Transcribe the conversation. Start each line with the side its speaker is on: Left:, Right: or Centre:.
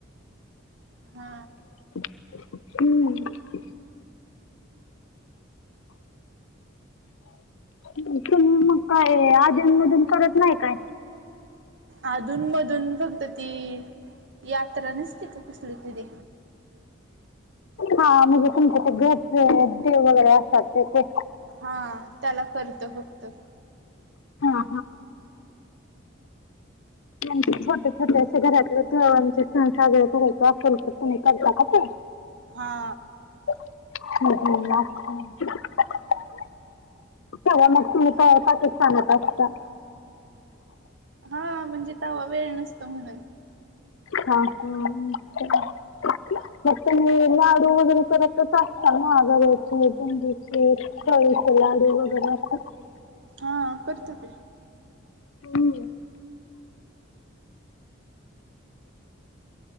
Right: हा
Left: हम् <inaudible> तुम्ही मग काय आधुन मधून करत नाही काय
Right: अधून मधून फक्त ती यात्रा नसते का कसली तरी
Left: हा म्हणजे तुमच्या ते घरचे देव वगैरे असतात ते ते
Right: हा त्याला करतो फक्त
Left: हा त्यां छोट्या श्या घरातले ते सण साजरे करायच असेल तर तुही करता का ते.
Right: हा
Left: ह खर मग तुम्ही करतात कि सांगत असता
Right: हा म्हणजे तवा वेळ नसतो म्हणून,
Left: हा हम अच्छा मग तुम्ही लाडू वगैरे करत असताना रव्याचे, बुंदीचे लाडू वैगेरे असतात ना.
Right: हा अ करतो की,
Left: हम